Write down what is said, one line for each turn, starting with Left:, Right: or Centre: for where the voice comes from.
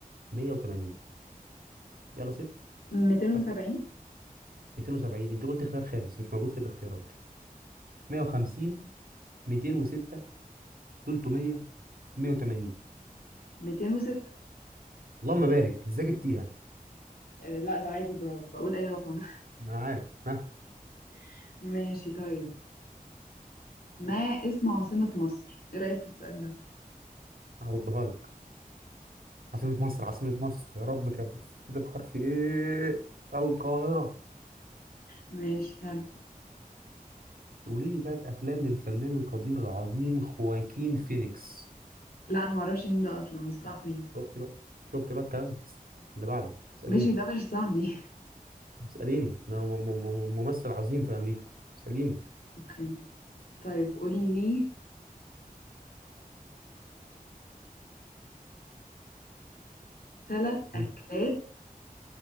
Right: 180 يلا صفر
Left: 270
Right: أكتب. 270 انت قلت خيار خامس مش موجود في الاختيارات 150 206 300 180
Left: 206
Right: اللهم بارك ازاي جبتيها
Left: آه، لا ده عادي ب... بقول اي رقم
Right: ما انا عارف ها
Left: <laughs> ماشي طيب ما اسم عاصمة مصر ايه رأيك في السؤال ده
Right: هردها لك عاصمة مصر عاصمة مصر يا رب كانت بتبتدي بحرف ايه القاهرة
Left: ماشي حلو
Right: قولي لي ثلاث افلام للفنان القدير العظيم خواكين فينيكس
Left: لا انا معرفش مين ده اصلا مش صاحبي
Right: شفت بقى شفت بقى الكلام اللي بعده اسأليني
Left: ماشي ده مش صاحبي
Right: اسأليني أنا م- م- م- ممثل عظيم في امريكا اسأليني
Left: <laughs> اوكي طيب قولي لي ثلاث
Right: مم.
Left: أكلات